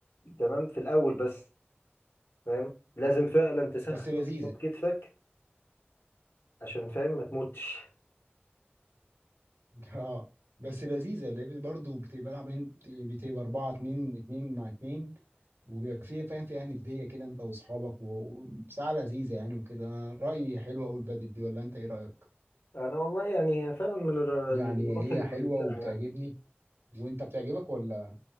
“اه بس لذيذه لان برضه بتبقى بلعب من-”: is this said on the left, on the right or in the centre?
Right